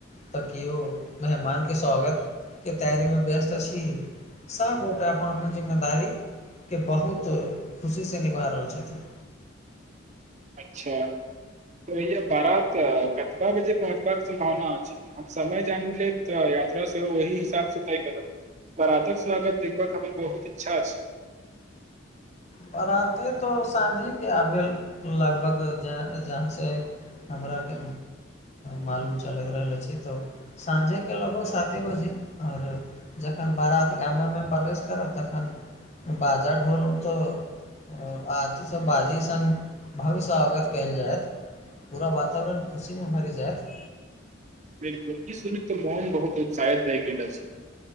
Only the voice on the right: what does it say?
अच्छा त भैया बारात कतबा बजे पहुँचबाक सम्भावना छै हम समय जान लेब त यात्रा से ओहहि हिसाब से तय करब बरातक स्वागत देखबाक हमर बहुत इच्छा अछि
बिलकुल ई सुन त मोन बहुत उत्साहित रहै गेल छै